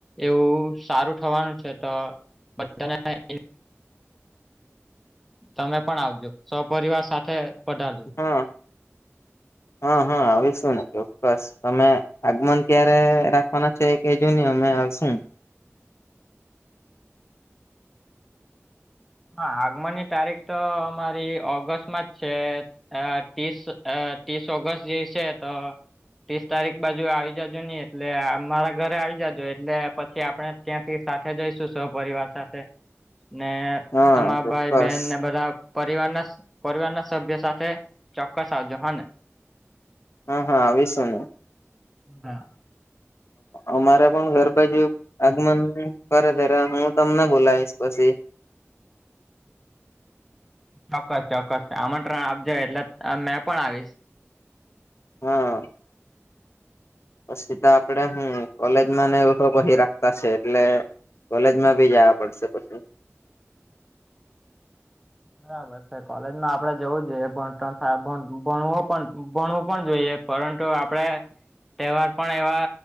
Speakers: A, in the centre; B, on the left.
A: એવું સારું થવાનું છે તો બધાને તમે પણ આવજો સપરિવાર સાથે પધારજો
B: હા હા હા આવી શું ને ચોક્કસ તમે આગમન ક્યારે રાખવાના છે એ ક જોય ને અમે આવશું
A: હા આગમનની તારીખ તો અમારી ઓગસ્ટમાં જ છે આ ત્રીસ ત્રીસ ઓગસ્ટ જે છે તો ત્રીસ તારીખ બાજુ આવી જાજો નહી એટલે મારા ઘરે આવી જજો એટલે પછી આપણે ત્યાંથી સાથે જઈશું સૌપિવાર સાથે ને તમારા
B: હા ચોક્કસ
A: ભાઈ બહેન ને બધા પરિવારના પરિવારના સભ્ય સાથે ચોક્કસ આવજો હા ને.
B: હા હા આવી શુંને.
A: હ હા
B: અમારે પણ ઘર બાજુ આગમન કતો તારે હું તમને બોલાવીશ પછી.
A: ચોક્કસ ચોક્કસ આમત્રણ આપજો એટલે મેં પણ આવીશ. <inaudible>
B: હા તો સીધા આપડે હમ કોલેજમાં ને એવ કહી રાખતા છે એટલે કોલેજમાં બી જવા પડશે પછી.
A: બરાબર. કોલેજમાં આપણેે જવું જોઈએ ભણણાય ભણવું ભણવું પણ જોઈએ. પરંતુ આપડે તહેવાર પણ એવા